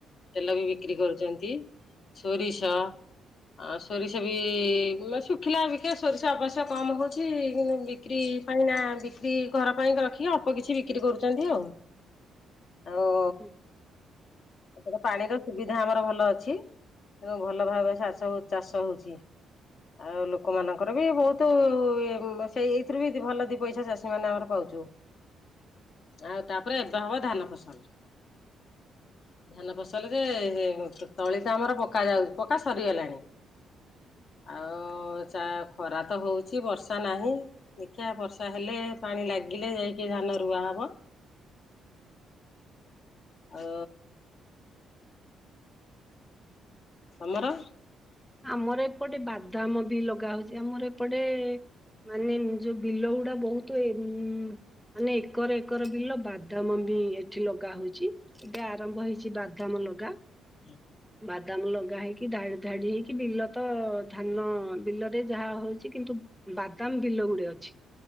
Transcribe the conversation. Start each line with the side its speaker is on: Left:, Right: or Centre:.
Left: ତେଲ ବି ବିକ୍ରି କରୁଛନ୍ତି। ସୋରିଷ ଆଉ ସୋରିଷ ବି ମାନ ଶୁଖିଲା ବିକେ, ସୋରିଷ ଆବଶ୍ୟ କମ୍ ହୋଉଛି। କିନ୍ତୁ ବିକ୍ରି କାହିଁକିନା ବିକ୍ରି ଘର ପାଇଁ ରଖି ଅଳ୍ପ କିଛି ବିକ୍ରି କରୁଛନ୍ତି ଆଉ। ଓ
Centre: ଉଁ
Left: ଏପଟେ ପାଣିର ସୁବିଧା ଆମର ଭଲ ଅଛି। ତେଣୁ ଭଲ ଭାବେ ଚାଷ ଚାଷ ହଉଛି। ହଁ ଆଉ ଲୋକମାନଙ୍କର ବି ବହୁତ, ସେଇ ଏଇଥିରୁ ବି ଭଲ ଦି ପଇସା ଚାଷୀ ମାନେ ଆମର ପାଉଛୁ। ଆଉ ତାପରେ ଏବେ ହବ ଧାନ ଫସଲ। ଧାନ ଫସଲ ରେ ତଳି ଟା ଆମର ପକା ଯାଉଛି, ପକା ସରିଗଲାଣି। ଆଉ ଚା ଖରା ତ ହଉଛି ବର୍ଷା ନାହିଁ। ଦେଖିବା ବର୍ଷା ହେଲେ ପାଣି ଲାଗିଲେ ଯାଇକି ଧାନ ରୁଆ ହବ। ହ ସଲର।
Centre: ଆମର ଏପଟେ ବାଦାମ ବି ଲଗା ହଉଛି, ଆମର ଏପଟେ ମାନେ ଯୋଉ ବିଲ ଗୁଡା ବହୁତ ମ ମାନେ ଏକର ଏକର ବିଲ ବାଦାମ ବି ଏଠି ଲଗା ହଉଛି। ଏଟା ଆରମ୍ଭ ହେଇଛି ବାଦାମ ଲଗା।
Left: ହୁଁ।
Centre: ବାଦାମ ଲଗା ହେଇକି, ଧାଡି ଧାଡି ହେଇକି କି ବିଲ ତ ଧାନ ବିଲରେ ଯାହା ହଉଛି କିନ୍ତୁ ବାଦାମ ବିଲ ଗୁଡେ ଅଛି।